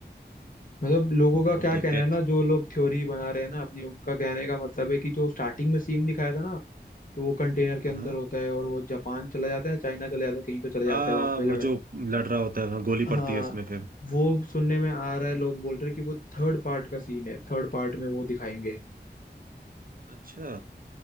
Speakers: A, on the left; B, on the right.
A: मतलब लोगों का
B: पता
A: क्या
B: नहीं देखते
A: कहना है ना जो लोग थ्योरी बना रहे हैं ना अपनी उनका कहने का मतलब है कि जो स्टार्टिंग में सीन दिखाया था ना वो कंटेनर के
B: हाँ
A: अंदर
B: हाँ
A: होता है और वो जापान चला जाता है चाइना चला जाता है कहीं तो चला जाता
B: हाँ,
A: है वहां पे
B: वो
A: लड़ाई
B: जो लड़ रहा होता है हाँ, गोली
A: हाँ
B: पड़ती है उसमें फिर
A: वो सुनने में आ रहा है लोग बोल रहे हैं कि वो थर्ड पार्ट का सीन है थर्ड पार्ट में वो दिखाएंगे
B: अच्छा